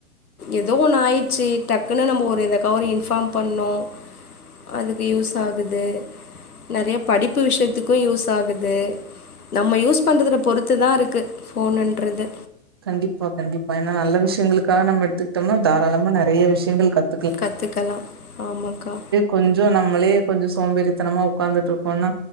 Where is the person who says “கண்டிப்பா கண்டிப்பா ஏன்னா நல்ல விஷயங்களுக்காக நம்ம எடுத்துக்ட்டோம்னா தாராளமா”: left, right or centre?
Right